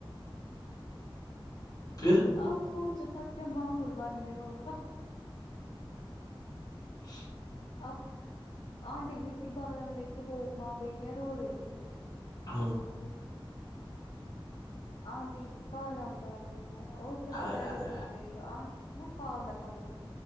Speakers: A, on the left; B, on the left.
A: پھر
B: آپ سوچو تب کیا ماحول بن گیا ہوگا
A: <inaudible>
B: اب آنٹی گئی تھی بادام لے کے وہ ماں بیٹیاں رو رہی ہے
A: ہ
B: آنٹی بادام ڈال رہی ہے اور کیا
A: ہائے
B: بیچارے
A: ہائے
B: بہت غریب آنٹ نا پاگل ہمیں